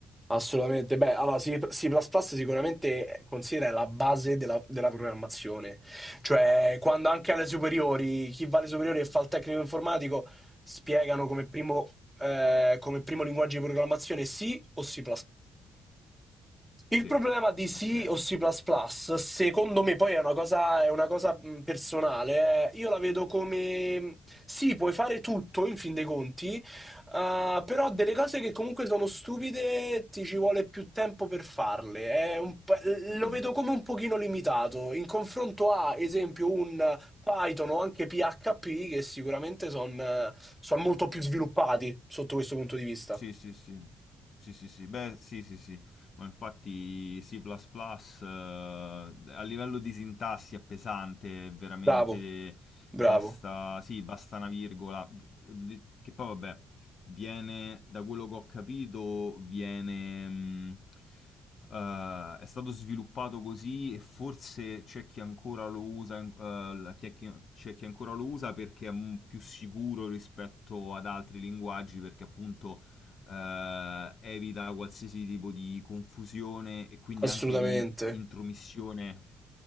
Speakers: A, in the centre; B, on the left.
A: assolutamente. Beh, allora C++, C++ sicuramente considera la base della, della programmazione. Cioè, quando anche alle superiori, chi va alle superiori e fa il tecnico informatico, spiegano come primo, eh, come primo linguaggio di programmazione C o C++. Il
B: Sì,
A: problema di C
B: ok.
A: o C++, secondo me, poi è una cosa, è una cosa mh, personale, eh. Io la vedo come sì, puoi fare tutto in fin dei conti, Ah, però delle cose che comunque sono stupide ti ci vuole più tempo per farle. È un po'- lo
B: Mm, mm.
A: vedo come un pochino limitato in confronto a, esempio, un Python o anche PHP che sicuramente sono molto più sviluppati sotto questo punto di vista.
B: Sì, sì, sì. Sì, sì, sì. Beh, sì, sì, sì. Ma infatti C++, eh, a livello di sintassi è pesante, è veramente
A: Bravo, bravo,
B: basta, sì, basta una virgola, Li- che poi vabbè, viene, da quello che ho capito, viene, mh, eh, è stato sviluppato così e forse c'è chi ancora lo usa, eh, chi è chi- c'è chi ancora lo usa perché è m- più sicuro rispetto ad altri linguaggi, perché appunto eh, evita qualsiasi tipo di confusione e quindi
A: assolutamente.
B: anche di intromissione